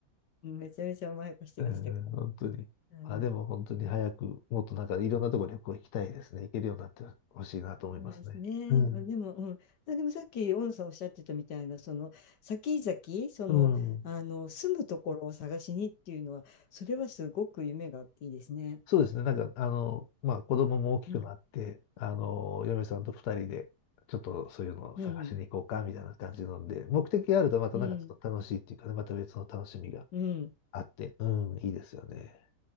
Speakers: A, on the left; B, on the left.
A: めちゃめちゃ甘やかしてましたから。
B: <laughs> うん、本当に。
A: うん
B: まあでも本当に早く、もっとなんかいろんなとこ旅行行きたいですね。行けるようになってほしいなと思いますね。
A: そうですね。
B: うん。
A: あ、でも、うん。あ、でもさっき、オンさんおっしゃってたみたいな、その、先々、その、
B: うん。
A: あの、住むところを探しにっていうのは、それはすごく夢があっていいですね。
B: そうですね。なんか、あの、まあ、子供も大きくなって、
A: うん。
B: あの、嫁さんと二人で、ちょっとそういうのを探しに行こうか、
A: うん。
B: みたいな感じなので、目的があるとまたなんかちょっと楽しいっていうかね、
A: うん。
B: また別の楽しみが
A: うん。
B: あって、うん、いいですよね。